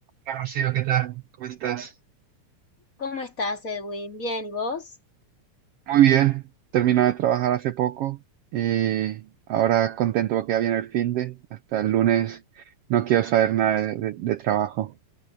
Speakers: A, on the right; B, on the left.
A: Hola Rocío, ¿qué tal? ¿Cómo estás?
B: ¿Cómo estás, Edwin? Bien, ¿y vos?
A: Muy bien, termino de trabajar hace poco y ahora contento porque ya viene el fin de, hasta el lunes no quiero saber nada de, de- de trabajo.